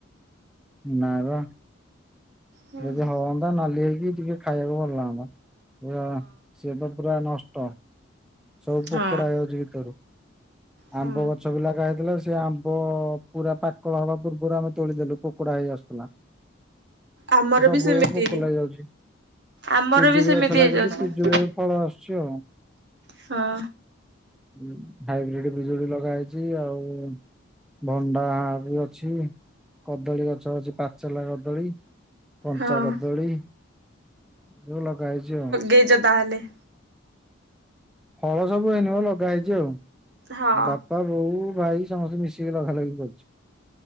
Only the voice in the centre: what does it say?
ନାଇ ବା।
ଯଦି ହଅନ୍ତା ନାଲି ହେଇକି ଟିକେ ଖାଇବାକୁ ଭଲ ଲାଗନ୍ତା। ଆ ସେ ତ ପୁରା ନଷ୍ଟ। ସବୁ ପୋକଡା
ହେଇଯାଉଛି ଭିତରୁ।
ଆମ୍ବ ଗଛ ବି ଲଗା ହେଇଥିଲା ସେ ଆମ୍ବ-ଅ-ଅ-ଅ ପୁରା ପାକଳ ହବା ପୂର୍ବରୁ ଆମେ ତୋଳିଦେଲୁ ପୋକଡା ହେଇ ଆସୁଥିଲା।
ସବୁ
ଏବେ ପୋକ ଲାଗଯାଉଛି।
ପିଜୁଳି
ଗଛ ଲାଗିଛି
ପିଜୁଳିରେ ଫଳ ଆସୁଛି ଆଉ।
ଉଁ ହାଇବ୍ରିଡ୍ ବିଜୁଳି ଲଗା ହେଇଛି ଆଉ ଭଣ୍ଡା ବି ଅଛି କଦଳୀ ଗଛ ଅଛି ପାଚେଲା କଦଳୀ। କଞ୍ଚା
କଦଳୀ ସବୁ ଲଗା ହେଇଛି ଆଉ।
ଫଳ ସବୁ ଏଇନିକା ଲଗା ହେଇଛି ଆଉ।
ବାପା ବୋଉ ଭାଇ ସମସ୍ତେ ମିଶିକି ଲଗା ଲଗି କରୁଛୁ।